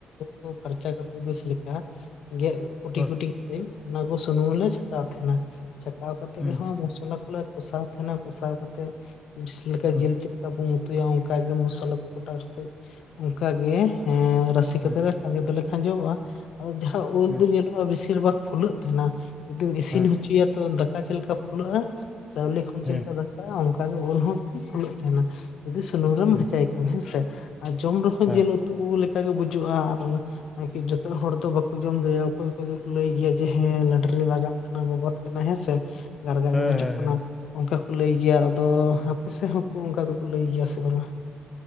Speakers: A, on the left (about 80°); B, on the left (about 25°).
A: ᱠᱚ ᱯᱷᱟᱨᱪᱟ ᱠᱟᱛᱮᱫ ᱵᱮᱥ ᱞᱮᱠᱟ ᱜᱮᱫ ᱠᱩᱴᱤ
B: ᱦᱩᱸ
A: ᱠᱩᱴᱤ ᱠᱟᱛᱮ ᱚᱱᱟ ᱠᱚ ᱥᱩᱱᱩᱢ ᱞᱮ ᱪᱷᱟᱠᱟᱣ ᱛᱟᱦᱮᱸ ᱱᱟ ᱪᱷᱟᱠᱟᱣ ᱠᱟᱛᱮ
B: ᱦᱩᱸ
A: ᱢᱚᱥᱞᱟ ᱠᱚᱞᱮ ᱠᱚᱥᱟᱣ ᱛᱟᱦᱮᱸᱱᱟ ᱠᱚᱥᱟᱣ ᱠᱟᱛᱮ ᱞᱮᱠᱟ
B: ᱦᱩᱸ
A: ᱡᱤᱞ ᱪᱮ ᱪᱮᱫ ᱠᱟ ᱵᱚᱱ ᱩᱛᱩᱭᱟ ᱚᱱᱠᱟ ᱜᱮ ᱢᱚᱥᱞᱟ ᱠᱚ ᱠᱚᱴᱟ ᱠᱟᱛᱮᱜ ᱚᱱᱠᱟ ᱜᱮ ᱨᱟᱥᱮ ᱠᱟᱛᱮᱜ
B: ᱦᱩᱸ
A: ᱠᱷᱟᱸᱡᱚ ᱫᱚᱞᱮ ᱠᱷᱟᱸᱡᱚᱼᱟ ᱟ ᱡᱟᱦᱟᱸ ᱩᱞ
B: ᱦᱩᱸ
A: ᱫᱚ ᱧᱮᱞᱚᱜᱼᱟ ᱵᱮᱥᱤᱨ ᱵᱷᱟᱜᱽ ᱯᱷᱩᱞᱟᱹᱜ ᱛᱟᱦᱮ ᱱᱟ᱾ ᱡᱩᱫᱤᱢ ᱤᱥᱤᱱ
B: ᱦᱮᱸ
A: ᱦᱚᱪᱚᱭᱟ ᱛᱚ ᱫᱟᱠᱟ ᱪᱮᱫ ᱞᱮᱠᱟ ᱯᱷᱩᱞᱟᱹᱜᱼᱟ ᱪᱟᱣᱞᱮ ᱠᱷᱚᱱ ᱪᱮᱫ
B: ᱦᱮᱸ
A: ᱞᱮᱠᱟ
B: ᱦᱮᱸ
A: ᱫᱟᱠᱟ ᱚᱱᱠᱟᱜ ᱜᱮ ᱩᱞ ᱦᱚᱸ ᱯᱷᱩᱞᱟᱹᱜ ᱛᱟᱦᱮᱱᱟ ᱡᱩᱫᱤ ᱥᱩᱱᱩᱢ ᱨᱮᱢ
B: ᱦᱮᱸ
A: ᱵᱷᱮᱡᱟᱭ ᱠᱷᱟᱱ ᱦᱮᱸᱥᱮ ᱟᱨ ᱡᱚᱢ ᱨᱮᱦᱚᱸ
B: ᱦᱮᱸ
A: ᱡᱤᱞ ᱩᱛᱩ ᱞᱮᱠᱟ ᱜᱮ ᱵᱩᱡᱩᱜᱼᱟ ᱟᱨᱠᱤ ᱡᱚᱛᱚ ᱦᱚᱲ ᱫᱚ ᱡᱚᱢ ᱫᱟᱲᱮᱭᱟᱜ-ᱟ ᱚᱠᱚᱭ ᱚᱠᱚᱭ ᱫᱚᱠᱚ ᱞᱟᱹᱭ ᱜᱮᱭᱟ ᱡᱮ ᱦᱮᱸ ᱞᱟᱹᱰᱨᱤ ᱞᱟᱜᱟᱜ ᱠᱟᱱᱟ ᱵᱟᱵᱟᱫ ᱠᱟᱱᱟ ᱦᱮᱸ ᱥᱮ, ᱜᱟᱨᱠᱟ
B: ᱦᱮᱸ
A: ᱜᱮ ᱵᱩᱡᱩᱜ
B: ᱦᱮᱸ
A: ᱠᱟᱱᱟ᱾
B: ᱦᱮᱸ
A: ᱚᱱᱠᱟ ᱠᱚ ᱞᱟᱹᱭ ᱜᱮᱭᱟ ᱟᱫᱚ ᱦᱟᱯᱮ ᱥᱮᱫ ᱦᱚᱸᱠᱚ ᱚᱱᱠᱟ ᱫᱚᱠᱚ ᱞᱟᱹᱭ ᱜᱮᱭᱟ ᱥᱮ ᱵᱟᱝ-ᱟ?